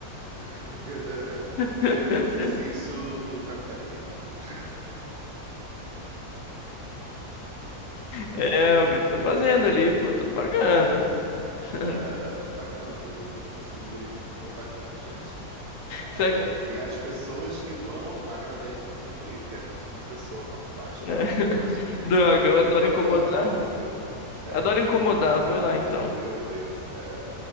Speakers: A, on the right; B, on the left.
A: <laughs>
B: <laughs>
A: É o exercício do capitalismo. <laughs>
B: É o que eu tô fazendo ali, pô, tô pagando. <laughs>
A: É, eu tô pagando, eu não tô conseguindo ir, mas eu tô pagando, gente.
B: Será
A: É,
B: que...
A: e as pessoas que vão agradecem você não ir, porque é menos uma pessoa para ocupar espaço.
B: é. <laughs>
A: Então, <laughs>
B: Droga, eu
A: é
B: adoro
A: um trabalho
B: incomodar.
A: filantrópico. É,
B: Adoro incomodar, vou lá então.
A: meu Deus. É,